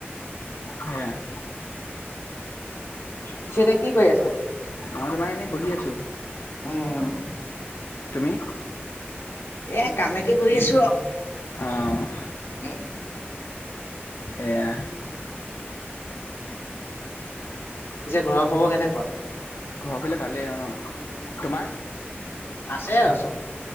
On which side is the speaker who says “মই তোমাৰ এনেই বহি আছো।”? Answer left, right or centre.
Left